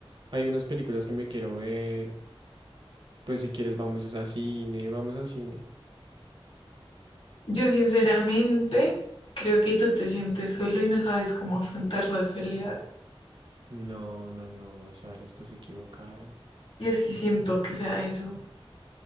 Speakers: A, on the right; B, on the left.
A: Hay unas películas que me quiero ver. Pues si quieres vamos es a cine, vamos a cine.
B: yo sinceramente creo que tú te sientes solo y no sabes cómo afrontar la soledad.
A: No, no, no, Sara, estás equivocada.
B: Yo sí siento que sea eso.